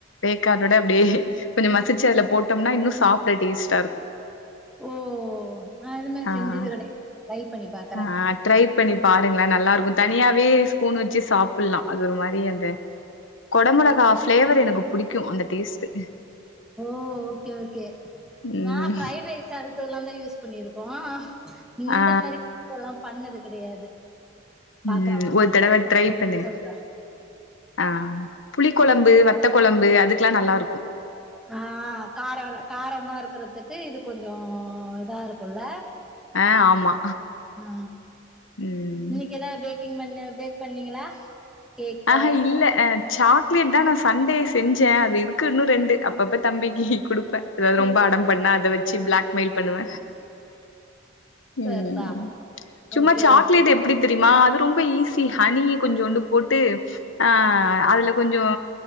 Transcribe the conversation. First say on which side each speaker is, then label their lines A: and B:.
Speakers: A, on the left (about 75°); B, in the centre.
A: வேக்காடோட அப்டியே கொஞ்சொ மசிச்சு அதுல போட்டோம்னா இன்னு சாப் ட டேஸ்டாருக்கு
B: ஓ நா அதுமே
A: ஆ
B: செஞ்சது கெடையாது ட்ரை பண்ணி பாக்
A: ஆ ட்ரை பண்ணி பாருங்ளே நல்லாருக்கு தனியாவே ஸ்பூன் வச்சு சாப்டலா அது ஒரு மாரி அந்த கொட மொளகா ஃபிளேவர் எனக்கு புடிக்கு அந்த டேஸ்டு
B: ஓ ஓகே ஓகே
A: ம்
B: நா ஃபிரைட் ரைஸ் அதுக்கெல்லாதா யூஸ் பண்ணிருக்கோ இந்த
A: ஆ
B: மெரி கூட்டெல்லா பண்ணது கெடையாது
A: ம்
B: பாக்குறே
A: ஒரு
B: நாள்
A: தடவ
B: பண்ணிட்டு
A: ட்ரை
B: உங்களுக்கு
A: பண்ணுங்
B: சொல்றே
A: ஆ புளி கொழம்பு வத் வத்த கொழம்பு அதுக்கெல்லா நல்லாருக்கு
B: ஆ கார காரமா இருக்கிறதுக்கு இது கொஞ்சொ இதா இருக்குல
A: அ ஆமா
B: ஆ
A: ம்
B: இன்னைக்கு ஏதாது பேக்கிங் பண்ண பேக் பண்ணீங்களா கேக்கு
A: ஆஹ இல்ல அ சாக்லேட் தா நா சண்டே செஞ்சே அது இருக் கு இன்னு ரெண்டு அப்பப்ப தம்பிக்கு குடுப்ப ஏதாது
B: குடுக்குறது
A: ரொம்ப அடம் பண்ணா அத வச்சு பிளாக் மெயில் பண்ணுவ ம்
B: சரிதா
A: சும்மா
B: ஓகே
A: சாக்லேட்
B: ஓகே
A: எப் ப்டி தெரியுமா அது ரொம்ப ஈஸி ஹனிய கொஞ்சோண்டு போட்டு ஆ அதுல கொஞ்சோ